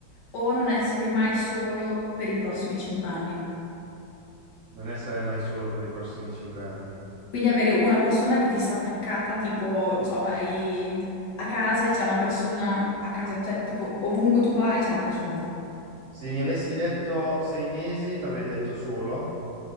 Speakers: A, on the left; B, on the right.
A: o non essere mai solo per i prossimi cinque anni?
B: non essere mai solo per i prossimi cinque anni.
A: Quindi avere una persona che ti sta attaccata, tipo, non so, vai a casa e c'è una persona a casa, te- tipo ovunque tu vai c'è una persona.
B: Se mi avessi detto sei mesi, ti avrei detto solo.